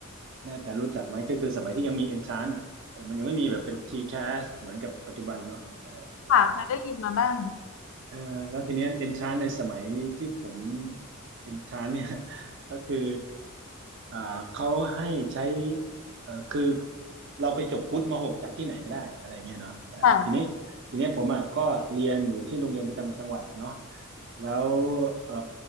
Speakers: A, on the right (about 55°); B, on the left (about 60°).
A: น่าจะรู้จักไหมก็คือสมัยที่ยังมี entrance อ่ะเออมันยังไม่มีแบบเป็น TCAS เหมือนกับปัจจุบันเนาะเอออะไรเงี้ย
B: ค่ะเคยได้ยินมาบ้าง
A: เออแล้วทีเนี้ยเอนทรานในสมัยที่ผมเอนทรานเนี่ย <laughs> ก็คืออ่าเขาให้ใช้เออคือเราไปจบวุฒิมหกจากที่ไหนก็ได้อะไรเงี้ยเนาะเออทีนี้ทีเนี้ยผมอ่ะก็เรียนอยู่ที่โรงเรียนประจำจังหวัดเนาะ
B: ค่ะ
A: แล้วเออ